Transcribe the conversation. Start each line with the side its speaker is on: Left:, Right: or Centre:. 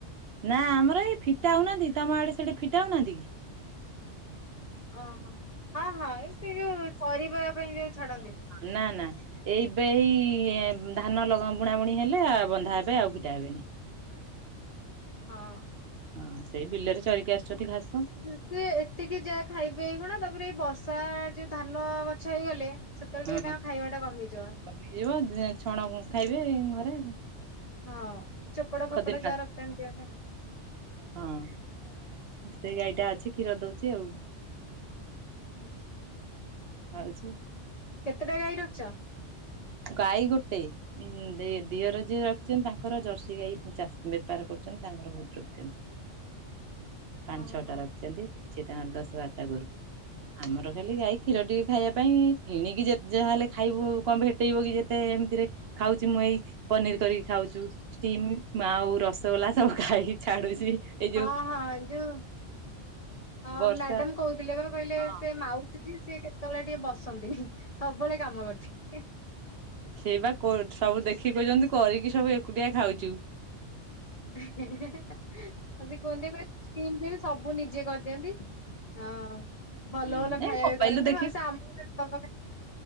Right: ନା ଆମର ଏଇ ଫିଟା ହଉନାହାନ୍ତି ତମ ଆଡେ ସେଠି ଫିଟା ହଉନାହାନ୍ତି କି?
Left: ଓହୋ ହଁ ହଁ ଏ ସେ ଯୋଉ ଚରିବା ପାଇଁ ଯୋଉ ଛାଡନ୍ତି।
Right: ନା ନା। ଏଇ ବେଇ ଏଁ ଉଁ ଧାନ ଲଗା ବୁଣା ବୁଣି ହେଲେ ଆ ବନ୍ଧା ହେବେ ଆଉ ଫିଟା ହେବେନି।
Left: ହଁ।
Right: ହଁ ସେଇ ବିଲରେ ଚରିକି ଆସୁଛନ୍ତି ଘାସ।
Left: ସେ ଏତିକି ଯାହା ଖାଇବେ ଏଇଖୁଣା ତାପରେ ଏଇ ବର୍ଷା ଯୋଉ ଧାନ ଗଛ ହେଇଗଲେ। ସେତେବେଳେ
Right: ହଁ
Left: ଟିକେ ତାଙ୍କ ଖାଇବା ଟା କମିଯିବ।
Right: ହେଇଯିବ ଦିନେ ଛଣଁ ଖାଇବେ ଘରେ।
Left: ହଁ ଚୋକଡ଼ ଫୋକଡ଼
Right: ଖଦିନ ଘାସ
Left: ଯାହା ରଖିଥାନ୍ତି ଦିଅ ନା।
Right: ହଁ ସେଇ ଗାଈଟା ଅଛି କ୍ଷୀର ଦଉଛି ଆଉ।
Left: <unintelligible>
Right: ହଉଛୁ।
Left: କେତେଟା ଗାଈ ରଖିଛ?
Right: ଗାଈ ଗୋଟେ। ଉଁ ଦେଇ ଦିଅର ଯିଏ ରଖିଛନ୍ତି ତାଙ୍କର ଜର୍ସି ଗାଈ ଉଁ ଚାଶ ବେପାର କରୁଛନ୍ତି ତାଙ୍କର ବହୁତ ରଖିଛନ୍ତି। ପାଞ୍ଚ
Left: ହଁ
Right: ଛଅଟା
Left: ହଁ
Right: ରଖିଛନ୍ତି ସେ ତାଙ୍କର ଦଶ ବାରଟା ଗୋରୁ। ଆମର ଖାଲି ଗାଈ କ୍ଷୀର ଟିକେ ଖାଇବା ପାଇଁ କିଣିକି ଯେତେ ଯାହାହେଲେ ଖାଇବୁ କଣ ଭେ ଟେଇବ କି ଯେତେ ଏମିତିରେ ଖାଉଛି ମୁଁ ଏଇ ପନିର କରିକି ଖାଉଛୁ। ଷ୍ଟିମ ମା ଆଉ ରସଗୋଲା ସବୁ ଖାଇକି ଛାଡୁଛି। ଏଇ ଯୋଉ
Left: ହଁ ହଁ ଯୋଉ ହଁ
Right: ବର୍ଷା
Left: ମ୍ୟାଡ଼ାମ କହୁଥିଲେ ବା କହିଲେ
Right: ହଁ
Left: ସେ ମାଉସି ଯିଏ ସେ କେତେବେଳେ ଟିକେ ବସନ୍ତିନି ସବୁବେଳେ କାମ କରୁଥି ହୁଁ।
Right: ସେଇବା କୋ ସବୁ ଦେଖି କହୁଛନ୍ତି କରିକି ସବୁ ଏକୁଟିଆ ଖାଉଛୁ।
Left: ହେଁ ହେଁ ହେଁ ହେଁ ହାଁ ଆଉ ସେ। <unintelligible> ଏମିତି ଏକା ସବୁ ନିଜେ କରିଦିଅନ୍ତି ହଁ। ଭଲ
Right: ହୁଁ
Left: ଭଲ ଖାଇବା
Right: ଏଇ ମୋବାଇଲରୁ
Left: ବି କରନ୍ତି
Right: ଦେଖିକି
Left: ବାସ ଆମକୁ ଦବା ପା